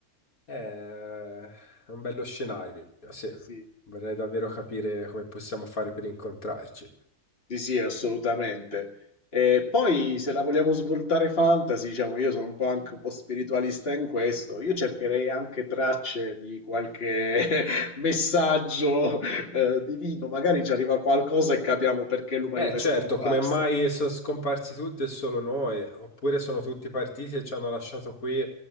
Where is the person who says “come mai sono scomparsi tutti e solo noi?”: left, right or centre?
Left